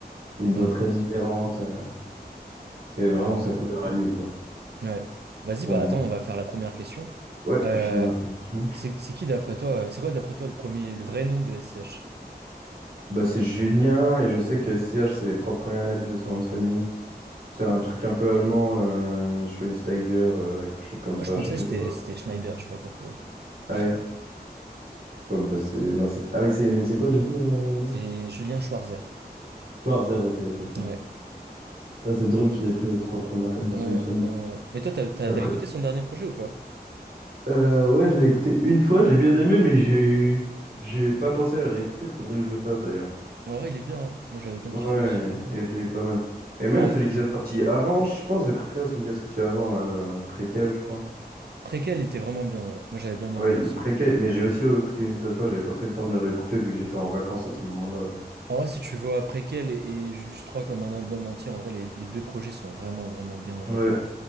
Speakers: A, on the right (about 65°); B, on the right (about 80°).
A: une voix
B: Mm.
A: très différente. euh, et vraiment
B: Ouais, ouais.
A: sa couleur
B: ouais.
A: à lui, quoi.
B: Ouais. Vas-y,
A: Bon,
B: bah attends,
A: bon.
B: on va faire la première question.
A: Ouais,
B: Euh,
A: fini l'introduction.
B: c'est c'est qui d'après toi, euh, c'est quoi d'après toi le premier, le vrai nom de SCH?
A: Bah, c'est Julien et je sais que C H c'est les trois premières lettres de son nom de famille. C'est un truc un peu allemand, euh, Schweinsteiger, euh, quelque chose comme
B: Moi,
A: ça,
B: je pensais
A: je sais plus
B: que c'était
A: c'est quoi.
B: c'était Schneider, je sais pas pourquoi.
A: Ah
B: Je
A: oui,
B: sais pas.
A: Oh, bah, c'est... Non, c'est... Ah oui, c'est... mais c'est quoi du coup euh, le
B: C'est
A: nom?
B: Julien Schwarzer.
A: Schwarzer, ok, ok, c'est ça.
B: Ouais.
A: Ça, c'est drôle qu'il ait pris les trois premières lettres de
B: Ouais.
A: son nom de famille.
B: euh, Mais toi, t'as, t'as,
A: Après-
B: t'as écouté son dernier projet ou pas?
A: Euh, ouais, je l'ai écouté une fois, j'ai bien aimé, mais j'ai j'ai pas pensé à le réécouter, faudrait que je le fasse d'ailleurs.
B: En vrai, il est bien. hein. Moi, j'avais bien
A: Ouais,
B: kiffé aussi euh,
A: il était pas mal. Et même
B: pour un
A: celui
B: projet.
A: qui a sorti avant, je pense que j'ai préféré celui qui a sorti avant, là, euh, préquel, je crois.
B: Préquel était vraiment bien, ouais. Moi, j'avais bien aimé
A: Ouais,
B: aussi.
A: il est préquel, mais j'ai aussi écouté une seule fois, j'ai pas pris le temps de le réécouter vu que j'étais en vacances à ce moment-là.
B: En vrai, si tu vois Préquel et, et Julius 3 comme un album entier, en vrai, les, les deux projets sont vraiment, vraiment bien, genre.
A: Ouais,